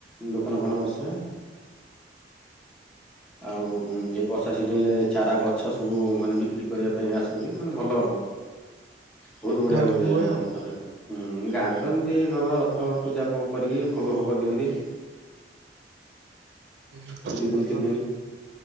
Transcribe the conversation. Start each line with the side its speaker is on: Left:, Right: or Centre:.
Centre: ଦୋକାନ, ଫୋକାନ ବସେ ଆଉ ଏଇ ବ ବର୍ଷା ସିଜନରେ ଚାରା ଗଛ ସବୁ ମାନେ ବିକ୍ରି କରିବା ପାଇଁ ଆସନ୍ତି ମାନେ ଭଲ ବହୁତ୍ ବଢ଼ିଆ
Right: ଭଲିକି
Centre: ହୁଏ
Right: ଆଉ।
Centre: ରଥଯାତ୍ରାଟା। ହୁଁ, ଗାଁରେତ ଏମିତି ନବା ରଥ ପୂଜା କରିକି, ଭୋଗ ଭୋଗ ଦିଅନ୍ତି।
Right: ହୁଁ ହୁଁ,
Centre: ଦୁଇ
Right: ଭଲ
Centre: ଦିନି ତିନି ଦିନି